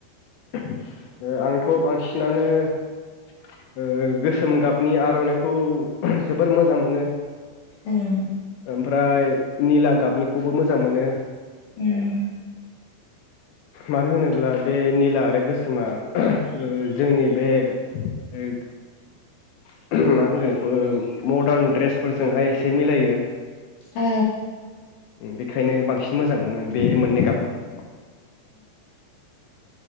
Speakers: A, on the left; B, on the left.
A: <inaudible> आंथ' बांसिनानो ओ गोसोम गाबनि आर'नाइखौ जोबोर मोजां मोनो।
B: ओम
A: ओमफ्राय निला गाबनिखौबो मोजां मोनो।
B: उम
A: मानो होनोब्ला बे निला आरो गोसोमा ओ जोंनि बे मा होनगोन बेखौ मदार्न ड्रेसफोरजोंहाय एसे मिलायो।
B: ओ
A: बेखायनो बांसिन मोजांमोन आं बे मोन्नै गाबखौ